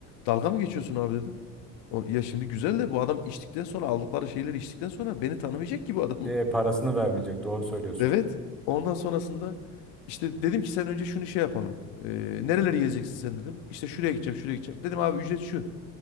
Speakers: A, on the left; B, in the centre.
A: Dalga mı geçiyorsun abi dedim. O, ya şimdi güzel de bu adam içtikten sonra aldıkları şeyleri içtikten sonra beni tanımayacak ki bu adam.
B: E, parasını
A: <laughs>
B: vermeyecek. Doğru söylüyorsun.
A: Evet. Ondan sonrasında işte dedim ki sen önce şunu şey yapalım. Ee, nereleri gezeceksin sen dedim. İşte şuraya gideceğim, şuraya gideceğim. Dedim abi ücret şu.